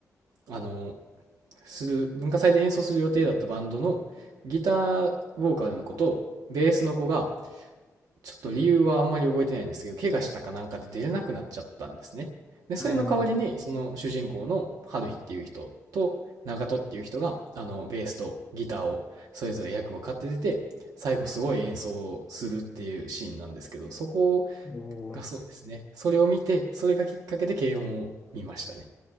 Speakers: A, on the right; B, on the left.
A: あの、する、文化祭で演奏する予定だったバンドのギターボーカルの子とベースの子が、ちょっと理由はあんまり覚えてないんですけど、怪我したかなんかで出れなくなっちゃったんですね。で、それの代わりに、
B: うん。
A: その主人公の春日っていう人と長門っていう人が、あの、ベースとギターをそれぞれ役を買って出て、最後すごい演奏をするっていうシーンなんですけど、そこ
B: おー。
A: がそうですね。それを見て、それがきっかけで軽音を見ましたね。